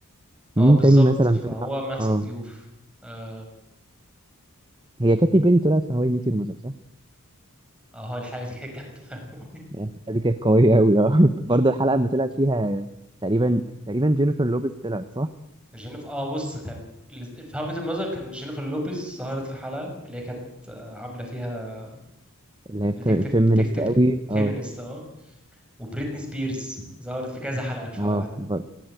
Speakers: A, in the centre; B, on the right.
A: اه
B: مين
A: بالظبط
B: تاني مثلا
A: فهو
B: طلع
A: من احسن
B: اه
A: ضيوف اه
B: هي كاتي بيري طلعت في هواي ميت يور مذر صح؟
A: الحلقه دي كانت جامده أوي. <laughs>
B: يعني الحلقة دي كانت قوية قوي اه <laughs> برضه الحلقة لما طلعت فيها تقريبا تقريبا جينيفر لوبيز طلعت صح؟
A: جينيفر اه بص كان ال- في هاو ميت المذر كان جينيفر لوبيز ظهرت في حلقه اللي هي كانت عامله فيها
B: اللي هي
A: بتكتب
B: فيمينست
A: بتكتب
B: قوي
A: فيمينست
B: اه
A: اه وبريتني سبيرز ظهرت في كذا حلقه مش
B: اه
A: حلقه واحده
B: ب-